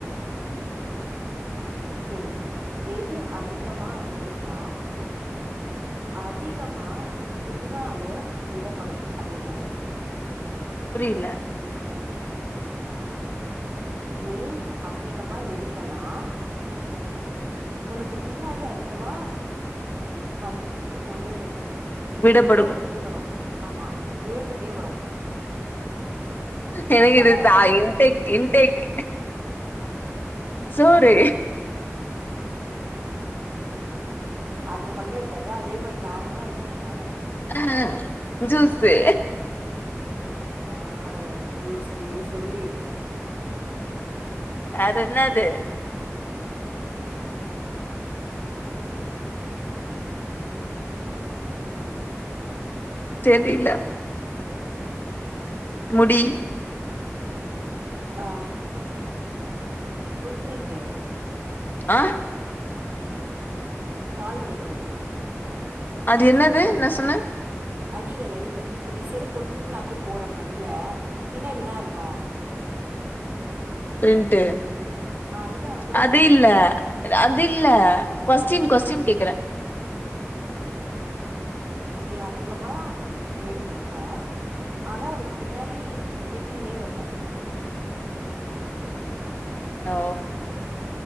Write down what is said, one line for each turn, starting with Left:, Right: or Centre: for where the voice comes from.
Right: செரி எது அதிகமா எடுத்தா அதிகமா பின்னால விடப்படும் அது என்ன
Left: புரியல
Right: நெய் அதிகமா எடுத்தனா உனக்கு பின்னாடி அதிகமா வந் என்னது
Left: விடப்படும்
Right: விழுந்துட்டே வரும் ஆமா விழுந்துட்டே வரும்
Left: எனக்கு
Right: அதா
Left: இது சா இன்டெக்
Right: விட்
Left: இன்டேக் சோறு
Right: அது மட்டும் இருக்காது அதே மாரி வேறனா இருக்கும் பாரு
Left: ஆ ஜூசு
Right: ஆ ஜூசு சொல்லு
Left: வேற என்னது
Right: ம்
Left: தெரில முடி
Right: ஆ புட் பிர்ண்ட்டு
Left: ஆ
Right: காலடிகள்
Left: அது என்னது என்ன சொன்ன
Right: அடிகள் அடிக இப்ப நீ செருப்போட்டுன் நடந்து போற மண்ல பின்னாடி என்ன இருக்கு
Left: ஃப்ரெண்ட்டு
Right: அதுதா ஃபுட்
Left: அது
Right: பிரிண்ட்
Left: இல்ல அது இல்ல கொஸ்டின் கொஸ்டின்
Right: ம்
Left: கேக்குற
Right: நீ அதிகமா எடுத்துப்ப ஆனா உனக்கு பின்னாடி விட்டிக்குனே வருவ
Left: ஓ